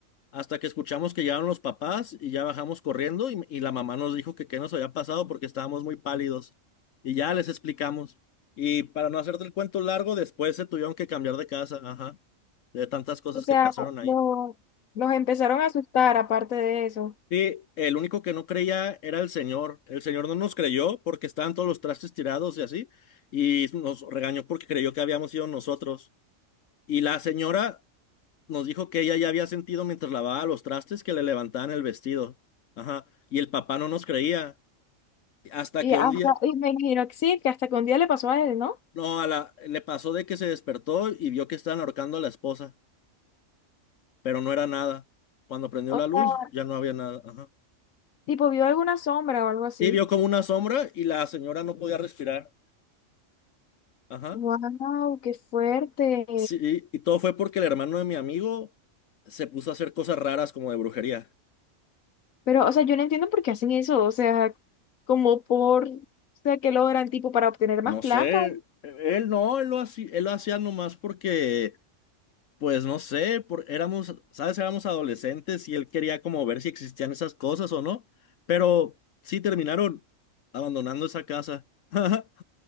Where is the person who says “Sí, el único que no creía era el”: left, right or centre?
Left